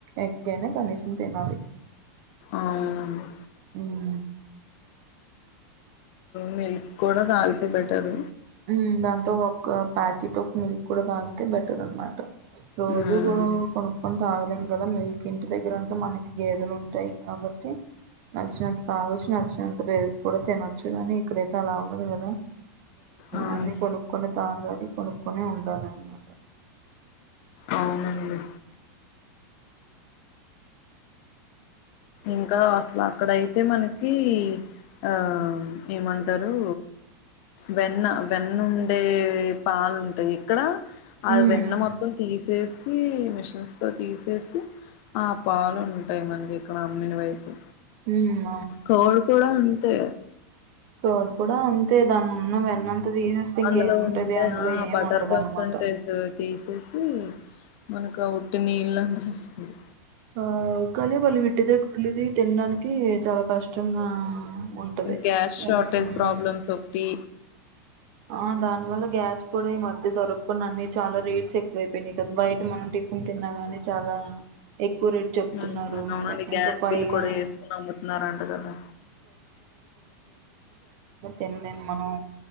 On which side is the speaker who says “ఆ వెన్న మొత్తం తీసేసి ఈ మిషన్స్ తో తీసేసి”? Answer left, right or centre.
Left